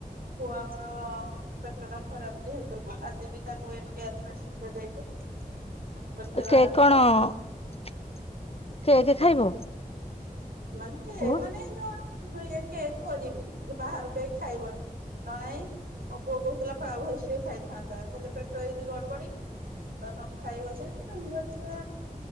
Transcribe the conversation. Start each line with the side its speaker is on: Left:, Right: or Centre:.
Right: ପୁଅ ଆମର ପେଟ ଟା ଖରାପ ବି ଯେହେତୁ ଆଜି ବି ତାକୁ ଏଇନୁ ଗ୍ୟାସ୍ ମେଡ଼ିସିନ୍ ଦେଇକି
Left: ହ
Right: ତାପରେ ସେ ବାହାରୁ
Left: କାରଣ କେକ୍ ଖାଇବ
Right: ମାନେ କେକ୍
Left: ପୁଅ?
Right: ମାନେ ଯୋ କେକ୍ କରିବି ବାହାରୁ କେକ୍ ଖାଇବନି ନ ନାଇଁ ମୋ ପୁଅ କହୁଥିଲା ପାଓ ଭାଜି ଟିକେ ଖାଇଥାନ୍ତା ହେଲେ ପେଟ ହେଇଛିି ଗଡ ବଡି ତ ନ ଖାଇବ ସେ କଣ କରିଛ